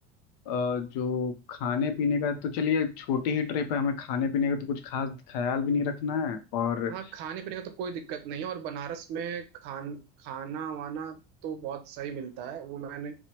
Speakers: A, on the left (about 80°); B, on the right (about 55°).
A: अ, जो खाने पीने का तो चलिए छोटी ही ट्रिप है हमें खाने पीने का तो कुछ खास ख्याल भी नहीं रखना है और
B: हाँ खाने पीने का तो कोई दिक्कत नहीं है और बनारस में खान खाना वाना तो बहुत सही मिलता है वो मैंने